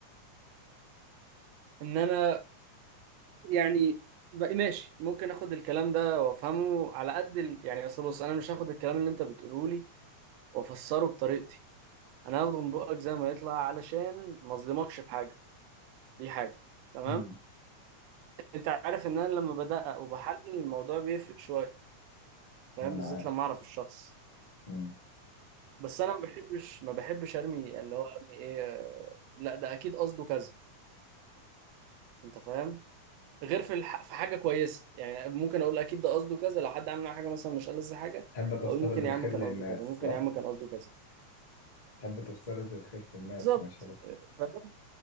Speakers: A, on the right (about 80°); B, on the left (about 55°).
A: ان انا يعني بقى ماشي ممكن اخد الكلام ده وافهمه على قد ال... يعني اصل بص انا مش هاخد الكلام اللي انت بتقوله لي وافسره بطريقتي انا هاخده من بقك زي ما يطلع علشان ما اظلمكش في حاجه دي حاجه تمام
B: امم
A: انت عارف ان انا لما بدقق وبحلل الموضوع بيفرق شويه فاهم
B: وانا
A: بالذات
B: عارف
A: لما اعرف الشخص
B: امم
A: بس انا ما بحبش ما بحبش ارمي اللي هو ارمي ايه آه، لا ده اكيد قصده كذا انت فاهم غير في الح... في حاجه كويسه يعني ممكن اقول اكيد ده قصده كذا لو حد عامل معايا حاجه مثلا مش ألذ حاجه
B: تحب تفترض
A: اقول ممكن
B: الخير
A: يا عم كان
B: للناس
A: قصده كذا ممكن
B: صح
A: يا عم كان قصده كذا
B: تحب تفترض الخير في الناس
A: بالظبط
B: مش عارف
A: فاهم